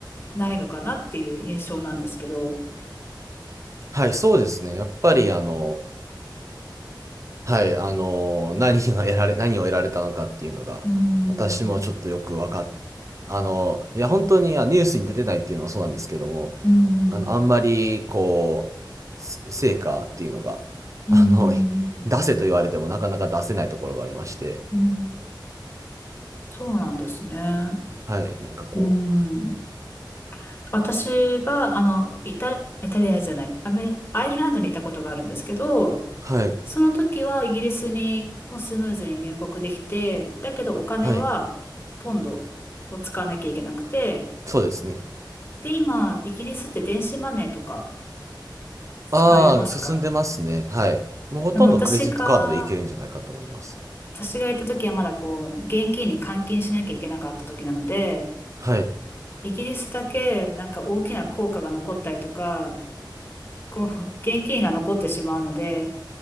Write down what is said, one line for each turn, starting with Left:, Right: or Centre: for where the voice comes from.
Left: ないのかなっていう印象なんですけど。
Right: はい、そうですね。やっぱりあの、はい、あのー <laughs> 何が得られ、<laughs> 何を得られたのかっていうのが、
Left: うーん、
Right: 私もちょっとよくわかっ、あのーいや、本当に、あニュースに出てないっていうのはそうなんですけども、
Left: うーん、
Right: あの、あんまり、こう、せ成果っていうのが、
Left: うーん、
Right: あの、<laughs> い出せと言われてもなかなか出せないところがありまして、
Left: うーん、そうなんですね。
Right: はい、なんかこう、
Left: うーん。私が、あの、イタ、イタリアじゃない、アメ、アイルランドにいたことがあるんですけど、
Right: はい、
Left: その時はイギリスにもうスムーズに入国できて、だけどお金はポンドを使わなきゃいけなくて、
Right: はい、そうですね。
Left: で、今、イギリスって電子マネーとか使えますか
Right: ああ、進んでますね。はい。もうほとんどクレジットカードでいけるんじゃないかと思います。
Left: あの、私が、私が行った時はまだこう、現金に換金しなきゃいけなかった時なので、
Right: はい。
Left: イギリスだけなんか大きな効果が残ったりとか、こう、現金が残ってしまうので、